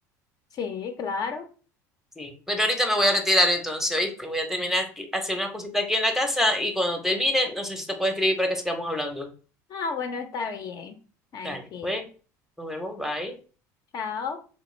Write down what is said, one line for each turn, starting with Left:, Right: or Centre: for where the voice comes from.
Left: Sí, claro.
Centre: Sí, pero ahorita me voy a retirar entonces, ¿oíste? Voy a terminar aquí- hacer unas cositas aquí en la casa y cuando termine, no sé si te puedo escribir para que sigamos hablando.
Left: Ah, bueno, está bien. Tranquila.
Centre: Dale, pues, nos vemos, bye.
Left: Chao.